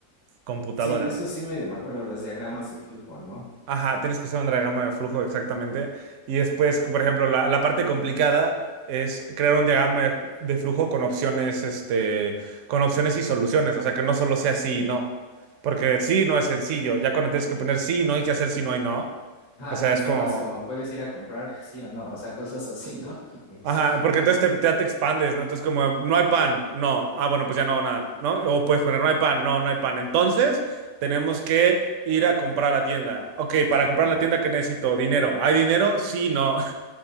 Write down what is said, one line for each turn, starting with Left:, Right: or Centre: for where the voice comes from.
Right: computadora.
Left: Sí, de eso sí medio me acuerdo los diagramas de flujo, ¿no?
Right: Ajá, tienes que hacer un diagrama de flujo exactamente. Y después, por ejemplo, la, la parte complicada es crear un diagrama de, ju- de flujo con opciones, este, con opciones y soluciones. O sea, que no solo sea sí y no. Porque sí no es sencillo. Ya cuando tienes que poner sí y no hay que hacer sí no y no.
Left: Ah,
Right: O sea,
Left: es-
Right: es como,
Left: no, es como puedes ir a comprar, sí o no, o sea, cosas así, ¿no? <laughs> No
Right: Ajá,
Left: sé.
Right: porque entonces te, ya te expandes, ¿no? Entonces como, no hay pan, no. Ah, bueno, pues ya no hago nada, ¿no? O puedes poner, no hay pan, no, no hay pan. Entonces tenemos que ir a comprar a la tienda. Ok, para
Left: Ajá.
Right: comprar la tienda, ¿qué necesito? Dinero. ¿Hay dinero? Sí, no. <laughs>